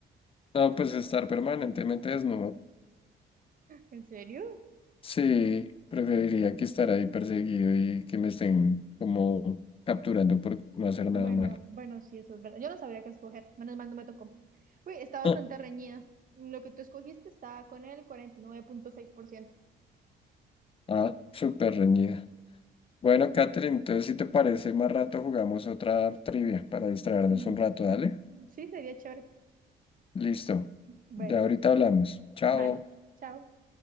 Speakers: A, on the left (about 30°); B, on the right (about 45°).
A: No, pues estar permanentemente desnudo.
B: ¿En serio?
A: Sí, preferiría que estar ahí perseguido y que me estén como capturando por no hacer
B: Bueno,
A: nada malo.
B: bueno, sí, eso es verdad. Yo no sabría qué escoger. Menos mal no me tocó. Uy, está bastante
A: <laughs>
B: reñida. Lo que tú escogiste está con el 49.6%.
A: Ah, súper reñida. Bueno, Catherine, entonces si te parece, más rato jugamos otra trivia para distraernos
B: Mm,
A: un rato,
B: <laughs>
A: dale.
B: ujú. Sí, sería chévere.
A: Listo.
B: Bueno,
A: Ya ahorita hablamos. Chao.
B: vale. Chao.